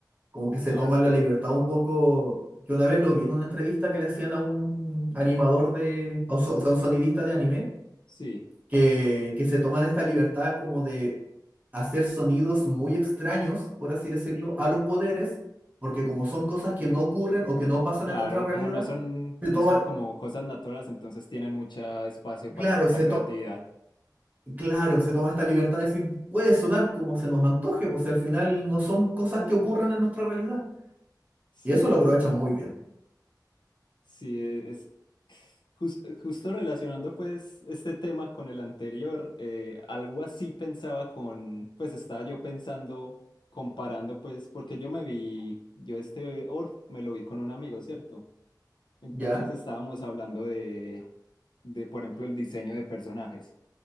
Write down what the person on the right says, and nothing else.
Como que se toman
la libertad un poco, que una vez lo vi en una entrevista que le hacían a un animador de, a un so- o sea, un sonidista de anime
que, que se toman esta libertad como de hacer sonidos muy extraños, por así decirlo, a los poderes, porque como son cosas que no ocurren o que no pasan
en nuestra realidad,
se
toma,
claro,
se
to- claro, se toma esta libertad de decir, puede sonar como se nos antoje, pues si al final no son cosas
que ocurran
en nuestra realidad.
Y eso lo aprovechan muy bien,
¿ya?